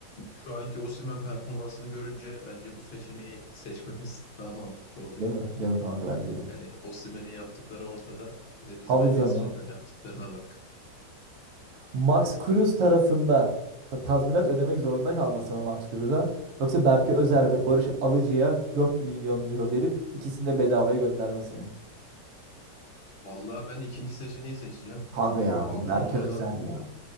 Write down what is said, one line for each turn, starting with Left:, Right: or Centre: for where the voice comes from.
Left: şu anki Osimhen performansını görünce bence bu seçeneği seçmemiz <laughs> daha mantıklı olacak.
Right: Değil mi? Değil mi kanka bence de.
Left: Yani Osimhen'in yaptıkları ortada. Bir de bizim
Right: Abi
Left: en
Right: canım.
Left: de yaptıklarına bak.
Right: Max Cruz tarafında tazminat ödemek zorunda kalması mı Max Cruz'a? Yoksa Berke Özer
Left: Hı hı.
Right: ve Barış Alıcı'ya 4 milyon euro verip ikisini de bedavaya göndermesi mi?
Left: Vallahi ben ikinci seçeneği seçeceğim.
Right: Kanka
Left: Çünkü
Right: ya
Left: Altın
Right: Berke
Left: Ordu'dan
Right: Özer ya.